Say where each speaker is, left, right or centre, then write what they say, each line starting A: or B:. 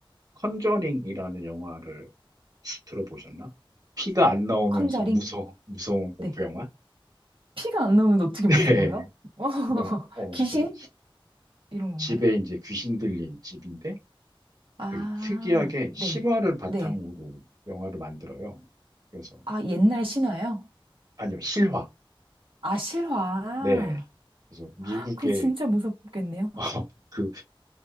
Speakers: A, on the right (about 45°); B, on the right (about 70°).
A: 컨저링이라는 영화를 들어보셨나? 피가 안 나오면서
B: 컨저링?
A: 무서워, 무서운 공포
B: 네.
A: 영화?
B: 피가 안 나오면 어떻게
A: <laughs> 네.
B: 무서워요? <laughs>
A: 그냥, 어,
B: 귀신?
A: 그래서
B: 이런 건가요?
A: 집에 이제 귀신 들린 집인데
B: 아,
A: 되게 특이하게
B: 네.
A: 실화를 바탕으로
B: 네.
A: 영화를 만들어요. 그래서,
B: 아, 옛날 신화요?
A: 아니요, 실화.
B: 아, 실화.
A: 네. 그래서 미국의
B: 그럼 진짜 무섭겠네요.
A: <laughs> 그